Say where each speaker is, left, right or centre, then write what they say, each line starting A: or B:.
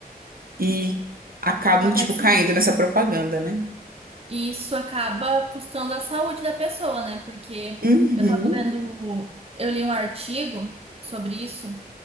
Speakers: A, on the right (about 65°); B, on the right (about 40°).
A: e acabam,
B: Acontece
A: tipo, caindo
B: muito.
A: nessa propaganda, né?
B: E isso acaba custando a saúde da pessoa, né? Porque
A: Uhum,
B: eu tava lendo, eu li um artigo sobre isso,